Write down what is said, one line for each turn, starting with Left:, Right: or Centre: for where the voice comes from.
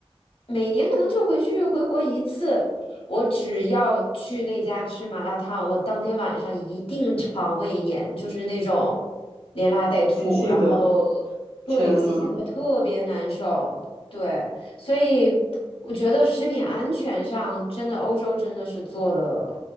Left: 每年可能就回去回国一次，我只要去那家吃麻辣烫，我当天晚上一定肠胃炎，就是那种连拉带吐，
Right: 急性的，
Left: 然后对，
Right: 天呐，
Left: 急性的特别难受，对。所以我觉得食品安全上，真的欧洲真的是做的，